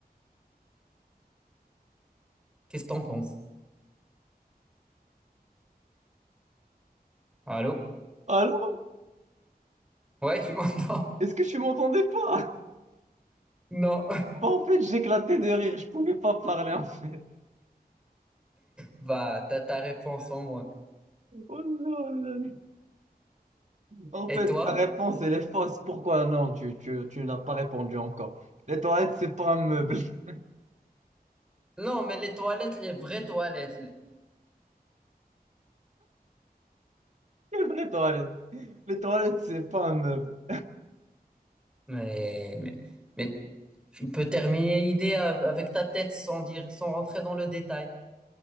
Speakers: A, in the centre; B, on the right (about 45°).
A: Qu'est-ce que t'en penses? Allô?
B: Allô?
A: Ouais, tu m'entends?
B: Est-ce que tu m'entendais pas?
A: <laughs> Non.
B: Bah, en fait, j'éclatais de rire. Je pouvais pas parler, en fait.
A: Bah, t'as ta réponse en moi.
B: Oh là là. En
A: Et
B: fait,
A: toi?
B: ta réponse, elle est fausse. Pourquoi non? Tu, tu, tu n'as pas répondu encore. Les toilettes, c'est pas un meuble. <laughs>
A: Non, mais les toilettes, les vraies toilettes. les-
B: Les vraies toilettes. Les toilettes, c'est pas un meuble.
A: Mais, mais, mais tu peux terminer l'idée a- avec ta tête sans dire, sans rentrer dans le détail.